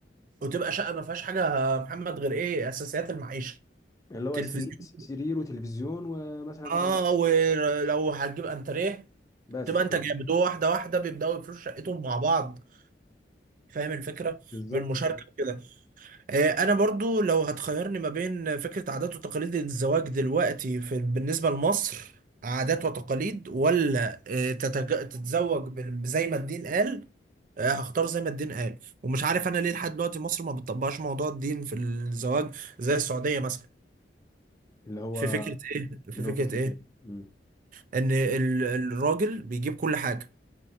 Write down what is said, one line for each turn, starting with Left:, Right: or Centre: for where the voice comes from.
Right: وتبقى شقه ما فيهاش حاجه يا محمد غير ايه اساسيات المعيشه
Left: اللي هو
Right: تلفزيون
Left: سري... سرير وتلفزيون ومثلا
Right: اه ولو هتجيب انتريه
Left: بس
Right: تبقى
Left: كده
Right: انت جامد هو واحده واحده بيبداوا يفرشوا شقتهم مع بعض فاهم الفكره
Left: بالظبط
Right: بالمشاركه
Left: بالظبط.
Right: وكده آه، انا برضو لو هتخيرني ما بين فكرة عادات وتقاليد الزواج دلوقتي في بالنسبة لمصر عادات وتقاليد ولا آه، تتج- تتزوج بال- زي ما الدين قال آه، هختار زي ما الدين قال ومش عارف انا ليه لحد دلوقتي مصر ما بتطبقش موضوع الدين في الزواج زي السعودية مثلا
Left: اللي هو
Right: في فكرة ايه في
Left: اللي
Right: فكرة
Left: هو فكرتين
Right: ايه
Left: مم.
Right: ان ال- الراجل بيجيب كل حاجة